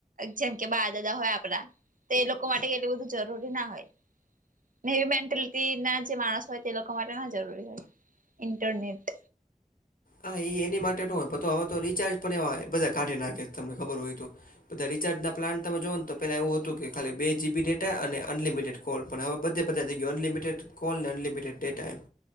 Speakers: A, on the right; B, on the left.
A: જેમ કે બાર દાદા હોય આપડા તો એ લોકો માટે એટલું બધું જરૂરી ના હોય. નેવી મેન્ટેલિટી ના જે માણસ હોય તે લોકો માટે ના જરૂરી હોય. ઇન્ટરનેટ.
B: હા એ એની માટે ન હોય હવે તો રિચાર્જ પણ એવાય બધા કાઢી નાખે તમને ખબર હોય તો બધા રિચાર્જના પ્લાનમે જોઓને પહેલા એવું હતું કે ખાલી બે જીબી ડેટા અને અનલિમિટેડ. કોલ પણ હવે બધે બધા થ ગયો અનલિમિટેડ કોલને અનલિમિટેડ ડેટા એમ.